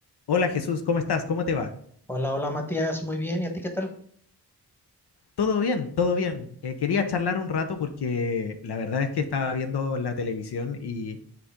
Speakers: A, on the left; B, in the centre.
A: Hola Jesús, ¿cómo estás? ¿Cómo te va?
B: Hola, hola Matías, muy bien, ¿y a ti qué tal?
A: Todo bien, todo bien. Eh, quería charlar un rato porque la verdad es que estaba viendo la televisión y